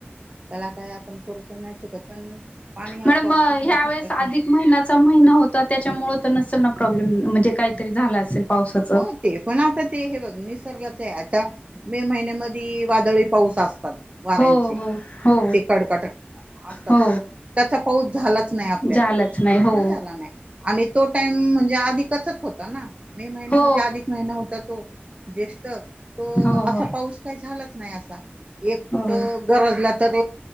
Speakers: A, on the right; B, on the left.
A: त्याला काय आपण करू पण नाही शकत पण पाणी हा
B: मॅडम
A: खू
B: ह्या
A: खूप मोठा
B: वेळेस
A: प्रश्न
B: अधिक
A: आहे.
B: महिना्याचा महिना होता त्याच्यामुळे तर नसेल ना प्रॉब्लेम म्हणजे काहीतरी झाला असेल पावसाचं
A: हो ते पण आता ते हे बघ निसर्गाच आहे आता मे महिन्यामध्ये वादळी पाऊस असतात वाऱ्यांचे
B: हो हो हो
A: ते कडकटक असतात
B: हो
A: त्याचा पाऊस झालाच नाही आपल्याकड
B: झालंच नाही
A: बिलकुल
B: हो
A: झाला नाही आणि तो टाइम म्हणजे आधिकचच होता ना मे महिना
B: हो
A: म्हणजे अधिक महिना होता तो ज्येष्ठ तो
B: हो
A: असा
B: हो
A: पाऊस काही झालाच नाही असा एक कुठं
B: हो
A: गरजला तर